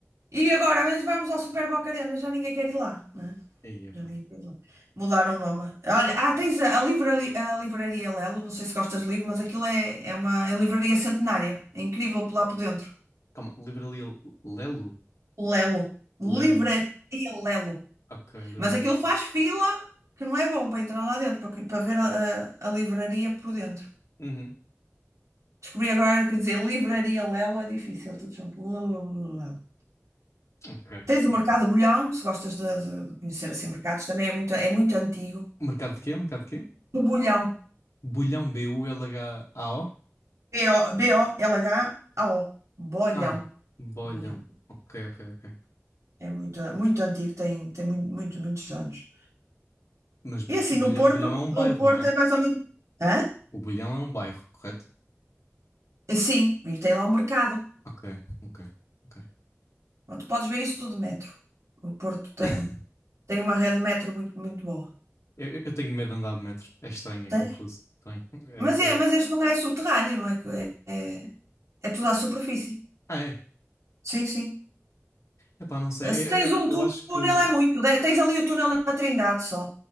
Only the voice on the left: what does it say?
Aí, epá.
Calma, Livraria Lelo?
Lelo.
Ok, Livraria
Lelo.
Uhum.
Ok,
ok.
Mercado de quê? Mercado de quê?
Bulhão, B-U-L-H-A-O?
Ah, Bolhão.
Ok, ok, ok.
Mas Bu-
Bulha-
Bulhão é um
bairro,
não é?
O Bulhão é um bairro, correto?
Ok, ok, ok.
<laughs>
Eu, eu tenho medo de andar de metro. É estranho, é
confuso. Tenho.
É,
é...
Ah, é.
Epá, não sei.
Eu,
eu, eu
acho que.